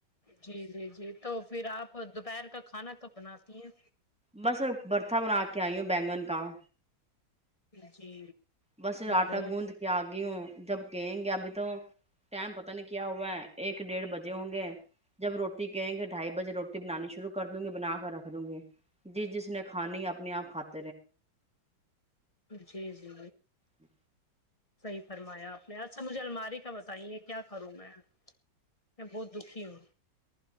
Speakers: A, on the left; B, in the centre.
A: جی جی جی تو پھر آپ اور دوپہر کا کھانا کب بناتی ہیں
B: بس برتا بنا کے آئی ہو بینگن کااں
A: جی
B: بس آٹا
A: بہت
B: گوند کے آگی ہوں جب کہیں گے ابھی تو ٹائم پت نہیں کیا ہوا ہے ایک ڈیڑھ بجے ہوں گے جب روٹی کہیں گے ڈھائی بجے روٹی بنانی شروع کر دوں گی بنا کے رکھ دوں گی جس جس نے کھانی اپنے آپھات
A: جی جی
B: ہ
A: صحی فرمایا آپ اچھا مجھے الماری کا ب بتے کیا کروں میں میں بہت دکھی ہوں